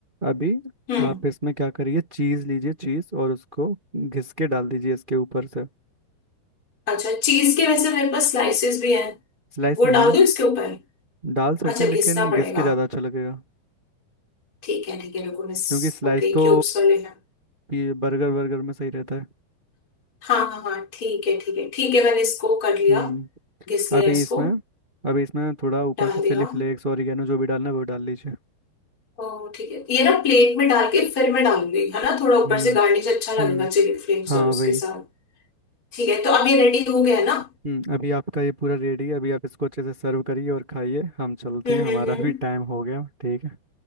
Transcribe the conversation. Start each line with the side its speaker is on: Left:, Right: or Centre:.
Right: अभी
Left: हम्म
Right: आप इसमें क्या करिए चीज़ लीजिए चीज़ और उसको घिस के डाल दीजिए इसके ऊपर से
Left: अच्छा चीज के वैसे मेरे पास स्लाइसेस भी हैं
Right: स्लाइस
Left: वो डाल
Right: नहीं
Left: दूँ इसके ऊपर
Right: डाल सकते
Left: अच्छा
Right: हैं
Left: घिसना
Right: लेकिन
Left: पड़ेगा
Right: घिस के ज़्यादा अच्छा लगेगा
Left: ठीक है ठीक है रुको मिस
Right: क्योंकि स्लाइस
Left: ओके
Right: तो
Left: क्यूब्स वाले हैं
Right: ये बर्गर वर्गर में सही रहता है
Left: हाँ हाँ हाँ ठीक है ठीक है ठीक है मैंने इसको कर लिया
Right: हम्म
Left: घिस लिया
Right: अभी
Left: इसको
Right: इसमें अभी इसमें थोड़ा ऊपर
Left: डाल
Right: से चिली
Left: दिया
Right: फ्लेक्स और ऑरिगेनो जो भी डालना है वो डाल लीजिए
Left: ओ ठीक है ये ना प्लेट में डाल के फिर मैं डालूंगी है ना थोड़ा ऊपर
Right: हम्म
Left: से गार्निश अच्छा लगेगा
Right: हम्म
Left: चिली फ्लेक्स
Right: हाँ
Left: और उसके
Right: वही
Left: साथ ठीक है तो अब ये रेडी हो गया है ना
Right: हम्म अभी आपका ये पूरा रेडी है अभी आप इसको अच्छे से सर्व करिए और खाइए हम चलते
Left: हम्म
Right: हैं हमारा
Left: हम्म हम्म
Right: भी टाइम हो गया ठीक है